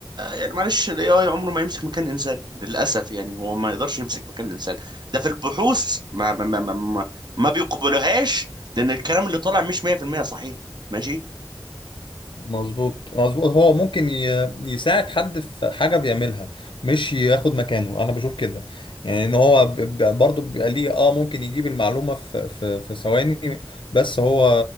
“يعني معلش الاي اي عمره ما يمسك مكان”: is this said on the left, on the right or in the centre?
Right